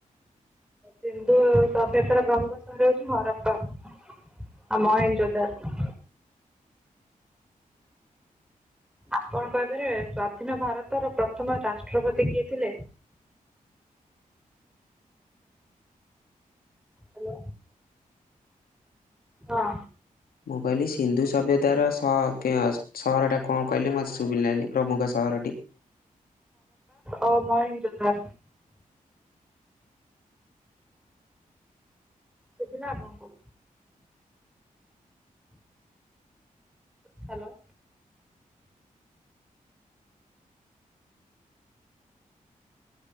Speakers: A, in the centre; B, on the left.
A: ସିନ୍ଧୁ ସଭ୍ୟତାର ପ୍ରମୁଖ ସହର ହୋଉଛି ହରପ୍ପା। ମହେଞ୍ଜୋଦାର। ଆପଣ କହିପାରିବେ ସ୍ଵାଧୀନ ଭାରତର ପ୍ରଥମ ରାଷ୍ଟ୍ରପତି କିଏ ଥିଲେ?
B: ଆ
A: ହାଲୋ ହଁ।
B: ମୁଁ କହିଲି ସିନ୍ଧୁ ସଭ୍ୟତାର ସ କେ ସହରଟା କ କଣ କହିଲେ ମତେ ଶୁଭିଲାନି ପ୍ରମୁଖ ସହରଟି?
A: ଓ ମହେନ୍ଦ୍ର ଧା ସୁଦିନା <unintelligible> ହ୍ୟାଲୋ